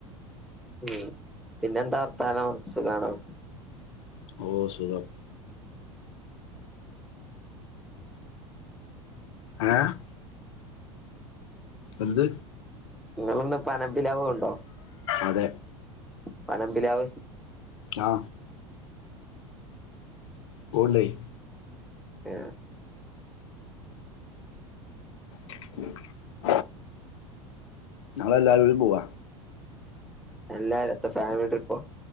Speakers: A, in the centre; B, on the left.
A: ഉം പിന്നെന്താർത്താനം സുഖാണോ
B: ഓ സുഖം ആഹ് എന്ത്?
A: നിങ്ങളിന്ന് പനംമ്പിലാവ് പോണ്ടോ?
B: അതെ
A: പനമ്പിലാവ്
B: ആ പോവ്ണ്ടെയ്
A: ഏ
B: ഉം ങ്ങളെല്ലാരൂടി പോവാ
A: എല്ലാരുത്താ ഫാമിലി ട്രിപ്പോ